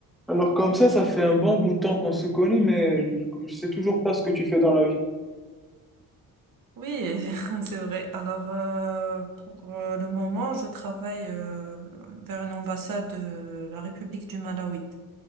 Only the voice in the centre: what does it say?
Alors comme ça, ça fait un bon bout de temps qu'on se connaît, mais je, je sais toujours pas ce que tu fais dans la vie.